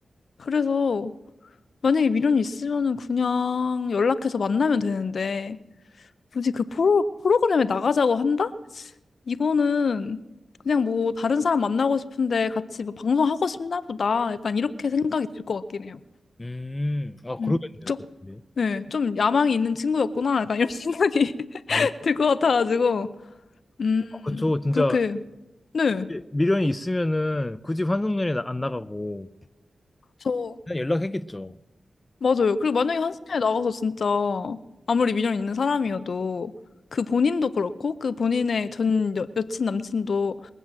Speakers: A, on the left; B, on the left.
A: 그래서 만약에 미련이 있으면은 그냥 연락해서 만나면 되는데, 굳이 그 프로, 프로그램에 나가자고 한다? 이거는 그냥 뭐 다른 사람 만나고 싶은데 같이 뭐 방송하고 싶나 보다. 약간 이렇게 생각이 들 것 같긴 해요.
B: 음, 아 그러겠네요
A: 음, 좀,
B: 또. 근데.
A: 네, 좀 야망이 있는 친구였구나. 약간 이런 생각이 <laughs>
B: 어,
A: 들 것 같아가지고. 음,
B: 어, 그쵸. 진짜
A: 그렇게, 네.
B: 미련이 있으면은 굳이 환승연애 안 나가고.
A: 저,
B: 그냥 연락했겠죠.
A: 맞아요. 그리고 만약에 한스타에 나가서 진짜 아무리 미련 있는 사람이어도 그 본인도 그렇고 그 본인의 전 여, 여친, 남친도